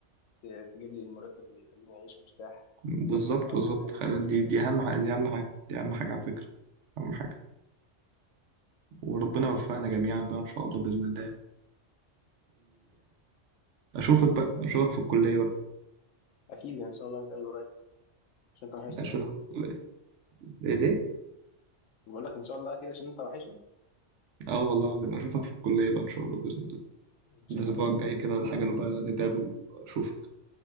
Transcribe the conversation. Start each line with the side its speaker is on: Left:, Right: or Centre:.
Left: ت- تجيب لي المرتب اللي يخليني اعيش مرتاح
Right: بالظبط
Left: بس لو اعرف
Right: بالظبط
Left: اجيب الحاجات
Right: خل-
Left: اللي نفسي
Right: دي
Left: فيها
Right: دي اهم حاجة دي اهم حاجة دي اهم حاجة على فكرة اهم حاجة وربنا يوفقنا جميعا بقى ان شاء الله باذن الله واشوفك بقى اشوفك في الكلية بقى
Left: اكيد يعني ان شاء الله نتقابل قريب عشان انت وحشني
Right: اشوفك
Left: والله
Right: في الكلية ايه ده
Left: بقول لك ان شاء الله اكيد عشان انت وحشني
Right: اه والله العظيم اشوفك في الكلية بقى ان شاء الله باذن الله
Left: ان شاء
Right: الأسبوع
Left: الله
Right: الجاي كده الحاجة نبقى نتقابل وأشوفك